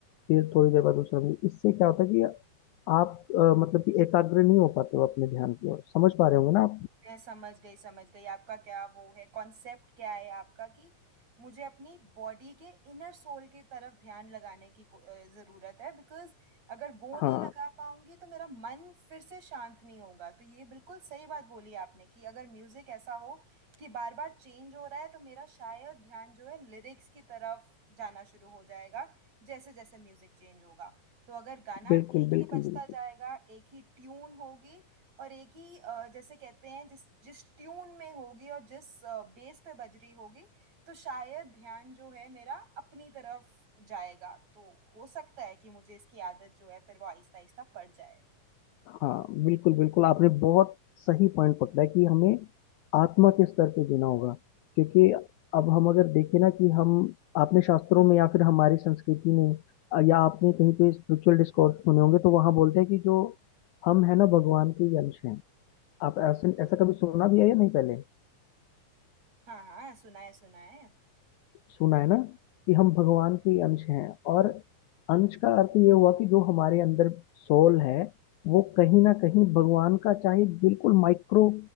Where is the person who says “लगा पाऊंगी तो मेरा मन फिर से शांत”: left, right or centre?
Right